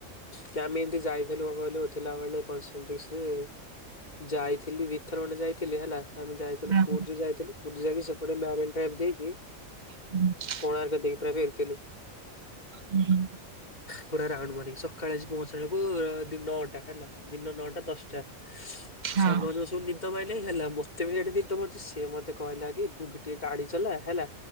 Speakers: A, on the left; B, on the right.
A: କି ଆମେ ଏମତି ଯାଇଥିଲୁ କହିଲୁ ଥିଲା ବେଳେ କଁସେଟିସିରେ। ଯାଇଥିଲି ଦିଥର ଖଣ୍ଡେ ଯାଇଥିଲି ହେଲା ଆମେ ଯାଇଥିଲୁ
B: ହଁ
A: ପୁରୀ ଯାଇଥିଲୁ। ପୁର ଯାଇଁକି ସେପଟେ ମ୍ୟାରେନ୍ ଡ୍ରାଇଭ୍ ଦେଇକି
B: ହୁଁ
A: କୋଣାର୍କ ଦେଇକି ପୁରା ଫେରିଥିଲୁ।
B: ହୁଁ।
A: ପୁରା ରାଉଣ୍ଡ୍ ମାରିକି ସଖାଳେ ଆସି ପହଞ୍ଚିଳାକୁ ଦି ନଅଟା ହେଲା ଦିନ ନଅଟା ଦଶଟା।
B: ହଁ
A: ସାଙ୍ଗ ମାନଙ୍କୁ ସବୁ ନିଦ ମାଇଲାଇଁ ହେଲା ମତେ ବି ସେଠି ନିଦ ମାଡୁଚି ସିଏ ମତେ କହିଲା କି ଦୁ ଟିକେ ଗାଡି ଚଲା ହେଲା